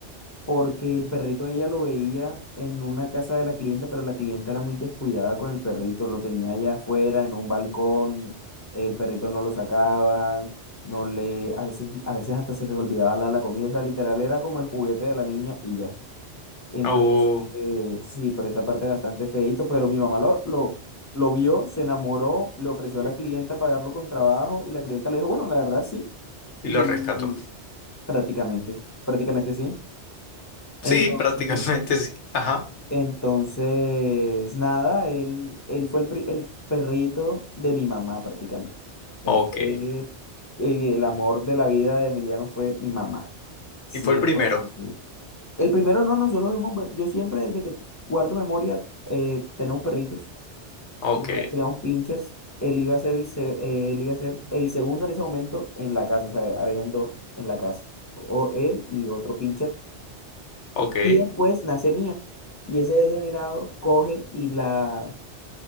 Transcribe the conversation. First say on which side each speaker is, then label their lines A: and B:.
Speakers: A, on the left; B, on the left.
A: porque el perrito ella lo veía en una casa de la clienta, pero la clienta era muy descuidada con el perrito. Lo tenía allá afuera, en un balcón. El perrito no lo sacaba, no le, a veces, a veces hasta se les olvidaba la, la comida. O sea, literal era como el juguete de la niña y ya. Entonces,
B: Oh,
A: eh, sí, por esa parte bastante feíto, pero mi mamá lo, lo, lo vio, se enamoró, le ofreció
B: y,
A: a la clienta pagarlo con trabajo y la clienta le dijo, bueno, la verdad sí,
B: y
A: y
B: lo rescató.
A: prácticamente, prácticamente sí. Entonces,
B: Sí, prácticamente <laughs> sí. Ajá.
A: entonces nada, él, él fue el, pri- el perrito de mi mamá prácticamente. Él
B: Ok.
A: fue, eh, el amor de la vida de Emiliano fue mi mamá, 100%.
B: Y fue el primero.
A: El primero no, nosotros hemos, yo siempre desde que guardo memoria, eh, tenemos perritos,
B: Ok,
A: tenemos tenemos pinchers, él iba a ser el, se- eh, él iba a ser el segundo en ese momento en la casa, o sea, habían dos en la casa, o él y otro pincher,
B: ok.
A: y después nace Mía, y ese degenerado coge y la,